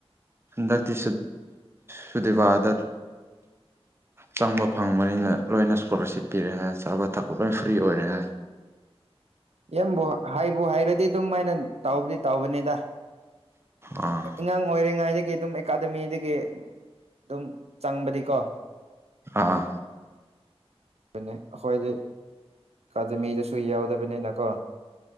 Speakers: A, on the right (about 25°); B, on the right (about 80°).
A: ꯍꯟꯗꯛꯇꯤ ꯁꯨꯗꯤꯦꯕꯥꯗꯠ ꯆꯪꯕ ꯐꯪꯕꯅꯤꯅ ꯂꯣꯏꯅ ꯏꯁꯀꯣꯂꯥꯔꯁꯤꯞ ꯄꯤꯔꯛꯦ ꯆꯥꯕ ꯊꯛꯄ ꯂꯣꯏ ꯐ꯭ꯔꯤ ꯑꯣꯏꯔꯦ ꯍꯥꯏ
B: ꯏꯕꯨ ꯍꯥꯏꯕꯨ ꯍꯥꯏꯔꯗꯤ ꯑꯗꯨꯝ ꯃꯥꯥꯏꯅ ꯇꯥꯎꯕꯗꯤ ꯇꯥꯎꯕꯅꯤꯗ
A: ꯑꯥ
B: ꯑꯉꯥꯡ ꯑꯣꯏꯔꯤꯉꯩꯗꯒꯤ ꯑꯗꯨꯝ ꯑꯦꯀꯥꯗꯃꯤꯗꯒꯤ ꯑꯗꯨꯝ ꯆꯪꯕꯗꯤꯀꯣ
A: ꯑꯥ
B: ꯑꯩꯈꯣꯏꯗꯤ ꯑꯦꯀꯥꯗꯃꯤꯗꯁꯨ ꯌꯥꯎꯗꯕꯅꯤꯅꯀꯣ